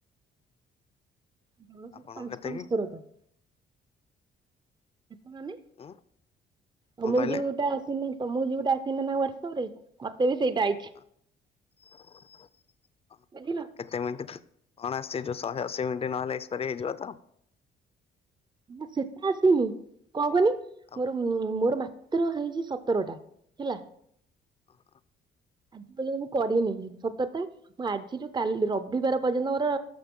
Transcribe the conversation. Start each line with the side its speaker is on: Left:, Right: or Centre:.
Right: ଆମର ସବୁ
Left: ଆପଣଙ୍କ
Right: ପାଞ୍ଚ
Left: କେତେ
Right: ପାଞ୍ଚ
Left: କି
Right: ଥରକ। ମାନେ?
Left: ଉଁ
Right: ତମକୁ
Left: କଣ କହିଲେ?
Right: ଯୋଉଟା ଆସିଲା। ତମକୁ ଯୋଉଟା ଆସିନିନା ହ୍ୱାଟସପ୍ ରେ ମତେ ବି ସେଇଟା ଆଇଚି।
Left: <inaudible>
Right: ବୁଝିଲ?
Left: କେତେ ମିଣ୍ଟି? ଅଣା ଅସି ହେଇଯିବ, ଶହେ ଅଶୀ ମିନିଟ୍ ନହେଲେ ଏକ୍ସପାରୀ ହେଇଯିବ ତ।
Right: ନା ସେଟା ଆସିନି, କଣ କୁହନି
Left: ଆଉ
Right: ମୋର ମୋର ମାତ୍ର ହେଇଛି ସତରଟା ହେଲା।
Left: ହ।
Right: ଆଜି ବୋଲେ ମୁଁ କରିନି ସତରଟା। ମୁଁ ଆଜିଠୁ କାଲି ରବିବାର ପର୍ଯ୍ୟନ୍ତ ମୋର